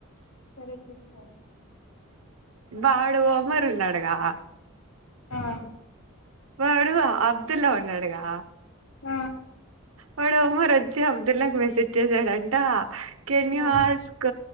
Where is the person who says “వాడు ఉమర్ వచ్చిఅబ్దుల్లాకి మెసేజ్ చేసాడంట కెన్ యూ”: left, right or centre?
Right